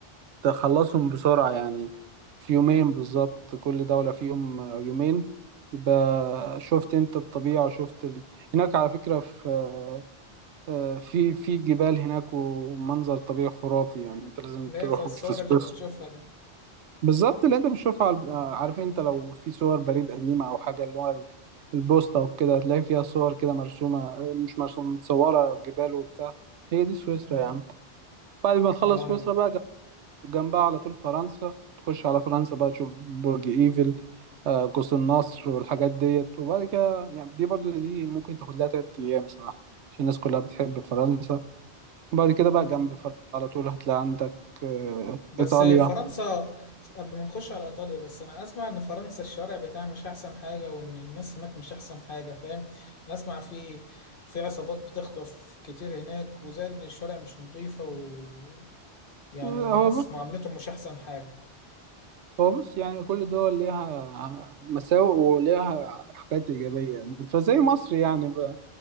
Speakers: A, on the right; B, on the left.
A: تخلصهم بسرعة يعني في يومين بالظبط كل دولة فيهم آه، يومين يبقى شفت أنت الطبيعة وشفت ال... هناك على فكرة في آه، آه، في في جبال هناك ومنظر طبيعي خرافي يعني أنت لازم
B: اللي
A: تروح
B: هي زي الصور
A: في سويسرا
B: اللي بنشوفها دي
A: بالظبط اللي انت بتشوفها على- عارف انت لو في صور بريد قديمة او حاجة اللي هو ال- البوسطة وكده تلاقي فيها صور كده مرسومة آه، مش مرسومة متصورة جبال وبتاع هي دي سويسرا
B: مم.
A: يا عم بعد ما تخلص
B: اه
A: سويسرا بقى جم- جنبها على طول فرنسا تخش على فرنسا بقى تشوف برج ايفل آه، قوس النصر والحاجات ديت وبعد كده يعني دي برضو دي ممكن تاخد لها تلات أيام صراحة عشان الناس كلها بتحب فرنسا وبعد كده
B: مم.
A: بقى جنب فرنسا على طول هتلاقي عندك آه،
B: بس
A: إيطاليا
B: فرنسا قبل ما نخش على ايطاليا بس انا اسمع ان فرنسا الشارع بتاعها مش احسن حاجه وان الناس هناك مش احسن حاجه فاهم انا اسمع في في عصابات بتخطف كتير هناك وزائد ان الشارع مش نظيفه و يعني
A: آه،
B: والناس
A: هو
B: معاملتهم مش احسن حاجه
A: هو بص يعني كل دول ليها مساوئ وليها حاجات إيجابية يعني فزي مصر يعني بقى